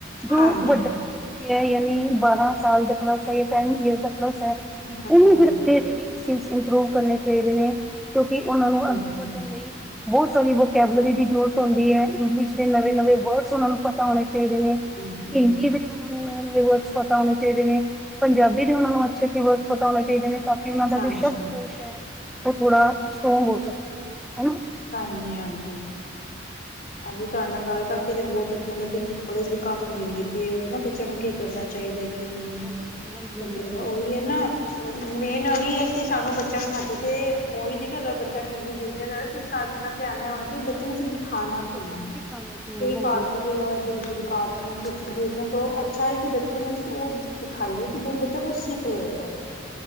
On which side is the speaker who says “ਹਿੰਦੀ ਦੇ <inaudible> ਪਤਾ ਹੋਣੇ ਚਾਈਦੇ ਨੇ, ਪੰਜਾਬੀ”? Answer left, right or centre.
Centre